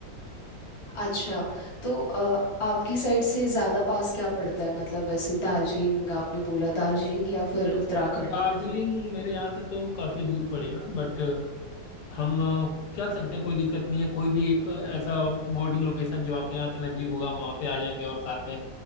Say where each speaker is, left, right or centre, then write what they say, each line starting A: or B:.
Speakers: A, on the left; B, on the left.
A: अच्छा तो अ, आपकी साइड से ज़्यादा पास क्या पड़ता है मतलब ऐसे दार्जिलिंग आपने बोला दार्जिलिंग या फिर उत्तराखंड
B: दार्जिलिंग मेरे यहाँ से तो काफ़ी दूर पड़ेगा बट हम अ, चल सकते हैं कोई दिक्कत नहीं है कोई भी एक अ, ऐसा बोर्डिंग लोकेशन जो आपके यहाँ से नज़दीक होगा हम वहाँ पे आ जाएंगे और साथ में